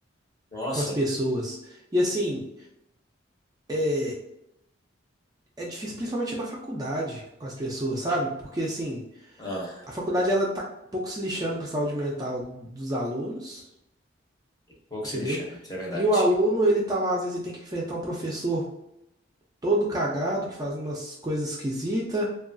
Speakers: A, on the left; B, on the right.
A: Nossa,
B: Com as pessoas. E assim, é, é difícil principalmente na faculdade com as pessoas, sabe? Porque assim.
A: ah,
B: a faculdade ela tá um pouco se lixando para a saúde mental dos alunos,
A: pouco
B: entendeu?
A: se lixar, isso é verdade.
B: E o aluno, ele tá lá, às vezes ele tem que enfrentar um professor todo cagado, que faz umas coisas esquisitas.